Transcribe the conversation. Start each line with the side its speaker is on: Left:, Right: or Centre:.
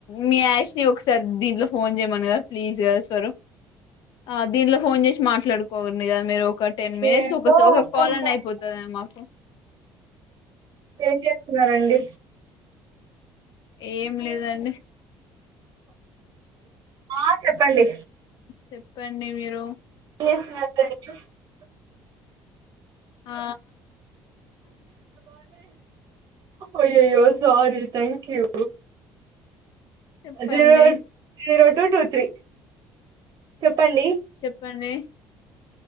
Left: మీ యాష్ని ఒకసారి దీంట్లో ఫోన్ చేయమను కదా ప్లీజ్ కదా స్వరు ఆ దీన్లో ఫోన్ చేసి మాట్లాడుకోండి కదా మీరు ఒక టెన్ మినిట్స్
Right: ఏంటో
Left: ఒకసా ఒక
Right: అర్థం
Left: కాల్ అన్న
Right: కాలేదు
Left: అయిపోతది మాకు
Right: ఏం చేస్తున్నారండి
Left: ఏం లేదండి
Right: ఆ చెప్పండి
Left: చెప్పండి మీరు
Right: <unintelligible>
Left: ఆ
Right: అయ్యయ్యో సారీ థాంక్ యూ
Left: చెప్పండి
Right: జీరో జీరో టూ టూ త్రీ ప్పండి
Left: చెప్పండి